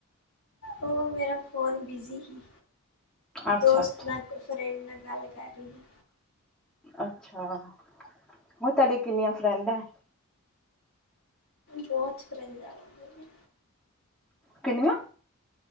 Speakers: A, on the left (about 70°); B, in the centre.
A: ਓ ਮੇਰਾ ਫ਼ੋਨ ਬਿਜੀ ਸੀ
B: ਅੱਛਾ
A: ਦੋਸਤ
B: ਅੱਛਾ
A: ਨਾਲ ਫਰੈਂਡ ਨਾਲ ਗੱਲ ਕਰ ਰਹੀ।
B: ਅੱਛਾ, ਨਾ ਤੁਹਾਡੇ ਕਿੰਨੀਆਂ ਫਰੈਂਡ ਐ?
A: ਬੋਤ ਫਰੇਂਡਸ ਆ ਵਾ ਮੇਰੇ।
B: ਕਿੰਨੀਆਂ?